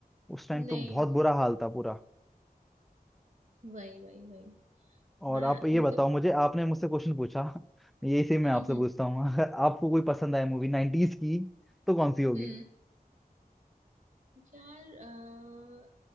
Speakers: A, in the centre; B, on the right (about 50°).
A: उस टाइम
B: नहीं
A: तो बहुत बुरा हाल था पूरा
B: वही वही वही
A: और
B: बड़ा
A: आप ये
B: मतलब
A: बताओ मुझे आपने मुझसे क्वेश्चन पूछा यही से मैं
B: <laughs>
A: आपसे पूछता हूँ <laughs> अगर आपको कोई पसंद आए मूवी नाइनटीज की तो कौन सी होगी
B: हम्म यार अ,